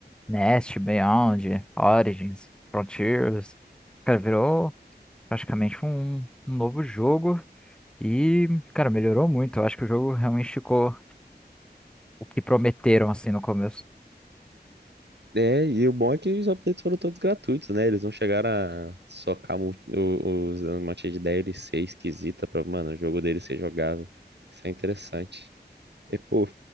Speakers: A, in the centre; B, on the right (about 75°).
A: Nest, Beyond, Origins, Frontiers. Cara, virou praticamente um, um novo jogo. E, cara, melhorou muito. Eu acho que o jogo realmente ficou o que prometeram, assim, no começo.
B: É, e o bom é que os updates foram todos gratuitos, né? Eles não chegaram a socar mu- o- os um monte de DLC esquisita pra, mano, o jogo deles ser jogável. Isso é interessante. E, pô,